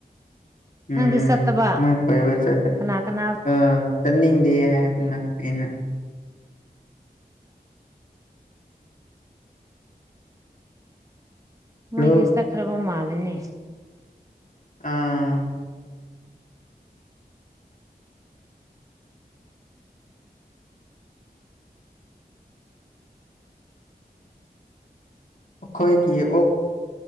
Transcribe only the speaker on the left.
ꯎꯝ
ꯃꯣꯏ ꯀꯣꯏꯕ ꯆꯠꯄꯅꯤ
ꯑ ꯆꯠꯅꯤꯡꯗꯦ ꯍꯥꯏꯕꯅ ꯑꯩꯅ
ꯂꯣꯛ
ꯑꯥ ꯑꯩꯈꯣꯏꯒꯤ ꯑꯣꯛ